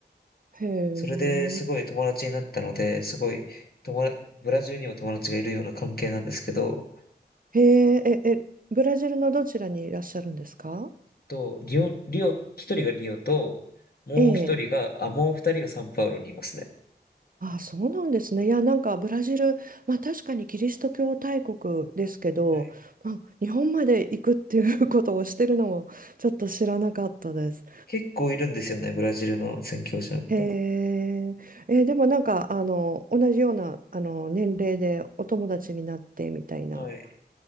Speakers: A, on the right (about 55°); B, on the left (about 60°).
A: えへえ、
B: それですごい友達になったので、すごい友達、ブラジルにも友達がいるような関係なんですけど、
A: へえ、え、え、ブラジルのどちらにいらっしゃるんですか
B: と、リオ、リオ、一人がリオと、もう一人が、
A: ええ、
B: あ、もう二人がサンパウロにいますね。
A: あ、そうなんですね。いや、なんかブラジル、まあ確かにキリスト教大国ですけど、
B: はい。
A: まあ、日本まで行くっていうことをしてるのもちょっと知らなかったです。
B: 結構いるんですよね、ブラジルの宣教師の方。
A: へえ、えーでもなんかあの同じようなあの年齢でお友達になってみたいな。
B: はい。